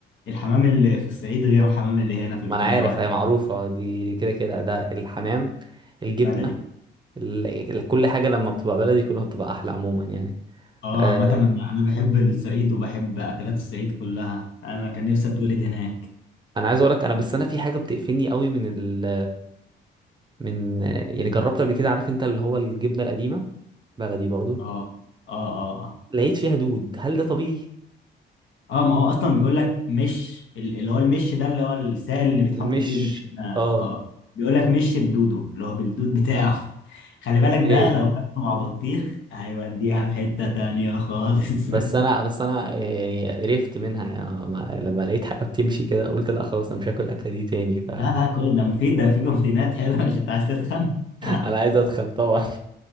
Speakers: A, on the left; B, on the right.
A: الحمام اللي في الصعيد غير الحمام اللي هنا في
B: ما
A: القاهره
B: انا عارف
A: يعني
B: اي معروفه دي كده كده ده الحمام الجبنه
A: بلدي
B: ال- كل حاجه لما بتبقى بلدي كلها بتبقى احلى عموما يعني
A: اه
B: آه.
A: عامه انا انا بحب الصعيد وبحب اكلات الصعيد كلها انا كان نفسي اتولد هناك
B: انا عايز اقول لك انا بس انا في حاجه بتقفلني قوي من ال من يعني جربت قبل كده عارف انت اللي هو الجبنه القديمه بلدي برضو
A: اه اه اه آه.
B: لقيت فيها دود هل ده طبيعي
A: اه ما هو اصلا بيقول لك مش ال- اللي هو المش ده اللي هو السائل اللي بيتحط
B: مش
A: فيه الجبنه
B: اه
A: اه بيقول لك مش بدوده اللي هو بالدود بتاعه <laughs> خلي بالك
B: ايه
A: ده لو كان مع بطيخ هيوديها في حته تانية خالص
B: بس
A: <laughs>
B: انا بس انا يعني قرفت منها يعني ما... لما لقيت حاجه بتمشي كده قلت لا خلاص انا مش هاكل الاكله دي تاني ف <laughs>
A: لا لا كل ده مفيد ده فيه بروتينات حلوه مش انت عايز تتخن <laughs>
B: انا عايز اتخن طبعا <laughs>